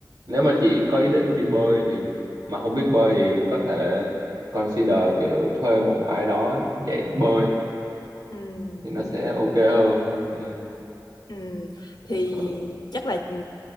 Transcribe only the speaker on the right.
nếu mà chị có ý định đi bơi thì mà không biết bơi thì có thể consider kiểu thuê một ai đó dạy bơi
thì nó
sẽ ok hơn. Ừ.
Ờ,